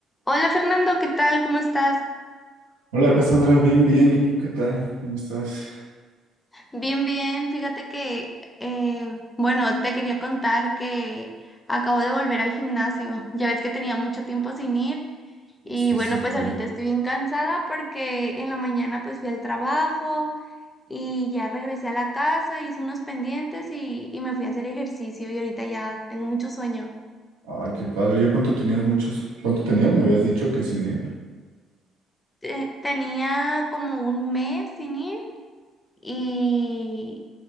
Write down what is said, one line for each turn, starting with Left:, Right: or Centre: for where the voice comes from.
Left: Hola Fernando, ¿qué tal? ¿Cómo estás?
Right: Hola Cassandra, bien, bien. ¿Y tú qué tal? ¿Cómo estás?
Left: Bien, bien. Fíjate que, eh, bueno, te quería contar que acabo de volver al gimnasio. Ya ves que tenía mucho tiempo sin ir y
Right: Sí,
Left: bueno,
Right: sí,
Left: pues
Right: sí.
Left: ahorita estoy bien cansada porque en la mañana pues fui al trabajo y ya regresé a la casa, hice unos pendientes y, y me fui a hacer ejercicio y ahorita ya tengo mucho sueño.
Right: Ay, qué padre. ¿Ya cuánto tenías muchos? ¿Cuánto tenías? Me habías dicho que cine.
Left: Te- tenía como un mes sin ir. y